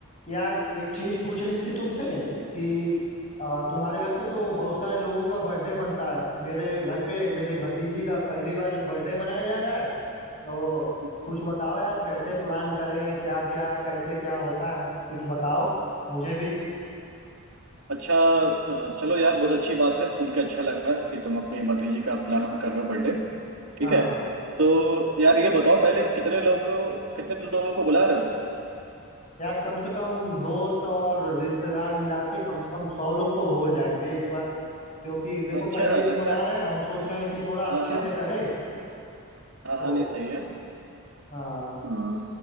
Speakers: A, on the left; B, on the right.
A: यार एक चीज पूछनी थी तुमसे कि आ, तुम्हारे घर पे तो बहुत सारे लोगों का बर्थडे मनता है मेरे घर पे मेरी भतीजी का पहली बार बर्थडे मनाया जा रहा है तो
B: हम्म।
A: कुछ बताओ यार कैसे प्लान करें क्या क्या कैसे क्या होता है कुछ बताओ मुझे भी
B: अच्छा अ, चलो यार बहुत अच्छी बात है सुन के अच्छा लगा कि तुम अपनी भतीजी का प्लान कर रहे हो बर्थडे ठीक
A: हाँ
B: है तो यार ये बताओ पहले कितने लोग कितने लोगों को बुला रहे हो
A: यार कम से कम दोस्त और रिश्तेदार मिला के कम से कम सौ लोग तो हो जाएंगे इस बार क्योंकि देखो
B: अच्छा
A: पहली बार
B: लगता
A: मना
B: है
A: रहे हैं हम सोच रहे हैं कि थोड़ा अच्छे
B: हाँ हाँ
A: से करें
B: हाँ हाँ
A: तो
B: नहीं सही है
A: हाँ
B: हम्म,